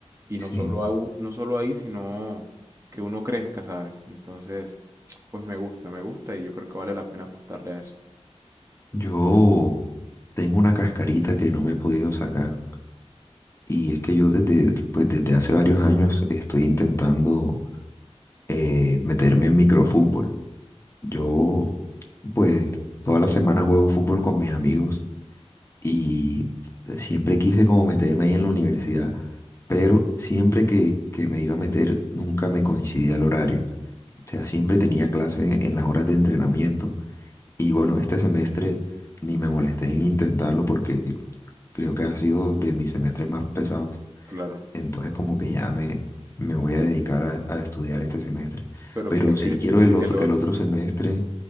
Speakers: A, on the right; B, on the left.
A: Y no
B: Sí,
A: solo, au- no solo ahí, sino que uno crezca, ¿sabes? Entonces, pues me gusta, me gusta y yo creo que vale la pena apostarle a eso.
B: yo tengo una cascarita que no me he podido sacar. Y es que yo desde, pues desde hace varios años estoy intentando eh, meterme en microfútbol. Yo pues todas las semanas juego fútbol con mis amigos y siempre quise como meterme ahí en la universidad, pero siempre que, que me iba a meter nunca me coincidía el horario. O sea, siempre tenía clase en las horas de entrenamiento y bueno, este semestre ni me molesté en intentarlo porque creo que ha sido de mis semestres más pesados
A: Claro.
B: Entonces como que ya me, me voy a dedicar a, a estudiar este semestre.
A: Pero
B: Pero
A: mira que
B: si quiero
A: tienes
B: el otro,
A: el otro.
B: el otro semestre,